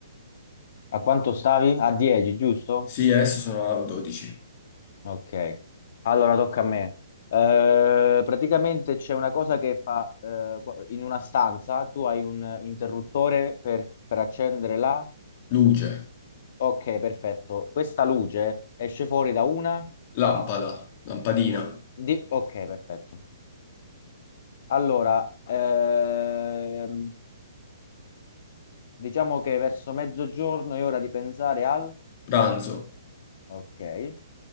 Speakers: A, on the left; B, on the left.
A: A quanto stavi? A 10, giusto?
B: Sì, adesso sono a 12.
A: Ok. Allora tocca a me. Eh, praticamente c'è una cosa che fa eh, in una stanza, tu hai un interruttore per, per accendere la...
B: Luce,
A: Ok, perfetto. Questa luce esce fuori da una...
B: lampada, lampadina,
A: Di... Ok, perfetto. Allora, ehm, diciamo che verso mezzogiorno è ora di pensare al...
B: pranzo.
A: Ok.